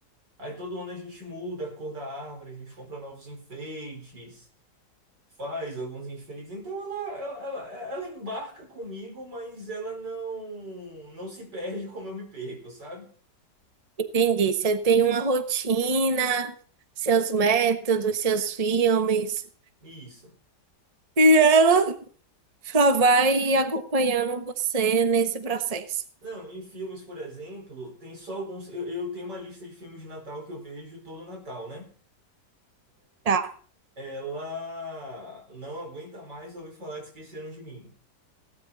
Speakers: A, on the right; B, on the right.
A: Aí todo ano a gente muda a cor da árvore, a gente compra novos enfeites, faz alguns enfeites. Então ela, ela, ela, ela embarca comigo, mas ela não, não se perde como eu me perco, sabe?
B: Entendi. Você tem uma rotina, seus métodos, seus filmes.
A: Isso.
B: E ela só vai acompanhando você nesse processo.
A: Não, em filmes, por exemplo, tem só alguns. Eu, eu tenho uma lista de filmes de Natal que eu vejo todo Natal, né?
B: Tá.
A: Ela não aguenta mais ouvir falar de Esqueceram de Mim.